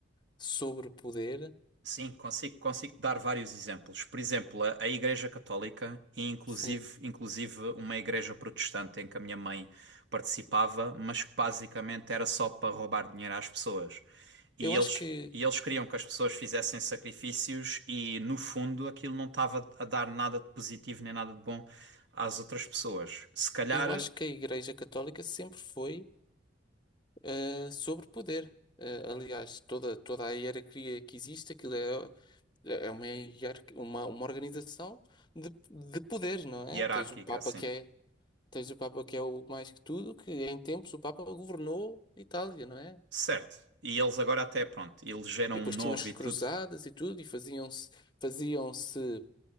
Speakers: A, on the left; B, on the right.
A: sobre o poder?
B: Sim, consigo, consigo dar vários exemplos. Por exemplo, a, a Igreja Católica e inclusive,
A: Sim.
B: inclusive uma igreja protestante em que a minha mãe participava, mas que basicamente era só para roubar dinheiro às pessoas. E
A: Eu
B: eles,
A: acho que.
B: e eles queriam que as pessoas fizessem sacrifícios e, no fundo, aquilo não estava a dar nada de positivo nem nada de bom às outras pessoas. Se calhar
A: Eu acho que a Igreja Católica sempre foi. eh, sobre poder. Eh, aliás, toda, toda a hierarquia que existe, aquilo é, é uma, hierarqui- uma, uma organização de, de poder, não é?
B: hierárquica,
A: Tens o Papa
B: sim.
A: que é, tens o Papa que é o mais que tudo, que em tempos o Papa governou Itália, não é?
B: Certo. E eles agora até, pronto, elegeram
A: E
B: um
A: depois
B: novo
A: tinham as
B: e
A: cruzadas
B: tudo.
A: e tudo, e faziam-se, faziam-se,